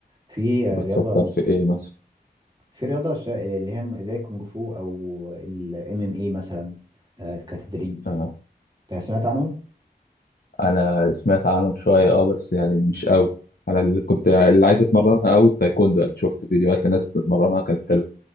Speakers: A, on the right; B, on the left.
A: في آه،
B: بتفكر
A: رياضة
B: في ايه مثلا
A: في رياضة شا- اللي هي زي الكونج فو او الام ام اي مثلا آه، كتدريب
B: آه.
A: انت سمعت عنهم؟
B: انا سمعت عنهم شويه اه بس يعني مش قوي انا اللي كنت اللي عايز اتمرنها قوي التايكوندو يعني شفت فيديوهات لناس بتتمرنها كانت حلوه